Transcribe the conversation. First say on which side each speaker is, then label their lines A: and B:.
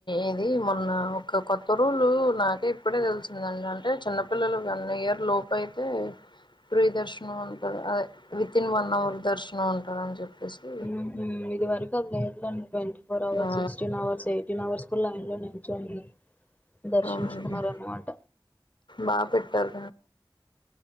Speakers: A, on the left; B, on the left.
A: ఇది మొన్న ఒక కొత్త రూలు నాకే ఇప్పుడే తెలిసిందండి అంటే చిన్న పిల్లలు వన్ ఇయర్ లోపూ అయితే ప్రీ దర్శనం ఉంటారు అద వితిన్ వన్ అవర్ దర్శనం అంటారు అని చెప్పేసి
B: మ్మ్ హు ఇది వరకు అది లేదండి ట్వంటీ ఫోర్ అవర్స్
A: ఆ
B: సిక్స్టీన్ అవర్స్ అయి ఫిఫ్టీన్ అవర్స్ కూడా లైన్ లో నిల్చొని దర్శించుకున్నారు
A: అవునండి
B: అన్నమాట
A: బాగా పెట్టారు